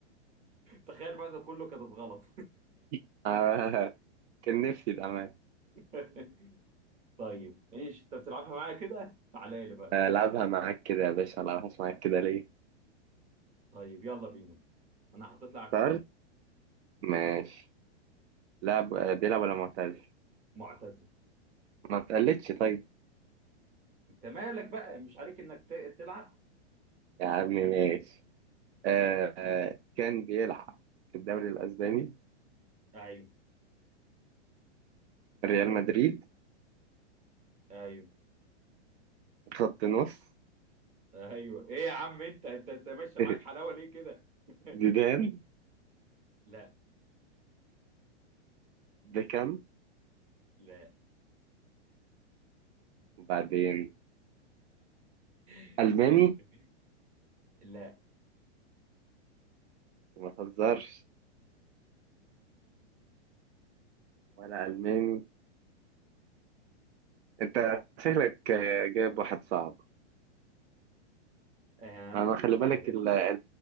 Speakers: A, on the right; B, on the right.
A: تخيل بعد ده كله كانت غلط
B: <laughs> آه. كان نفسي بأمان
A: <laughs> طيب ايش انت بتلعبها معايا كده تعالى لي بقى
B: ألعبها معاك كده يا باشا ألعبها معاك كده ليه؟
A: طيب يلا بينا انا حطيت لاعب
B: اخترت
A: في دماغي
B: ماشي لعب آه، بيلعب ولا معتزل؟
A: معتزل
B: ما تقلدش طيب
A: انت مالك بقى مش عليك انك ت- تلعب
B: يا عم ماشي آه. آه، كان بيلعب في الدوري الأسباني
A: ايوه
B: ريال مدريد
A: ايوه
B: خط نص
A: ايوه ايه يا عم انت انت انت ماشي
B: <laughs>
A: معاك حلاوه ليه كده <laughs>
B: زيدان
A: لا
B: ده كام
A: لا
B: وبعدين
A: <laughs>
B: ألماني
A: لا
B: وما تهزرش ولا ألماني أنت شكلك آه، جايب واحد صعب
A: آه،
B: أنا
A: مش
B: خلي بالك
A: عارف
B: اللي,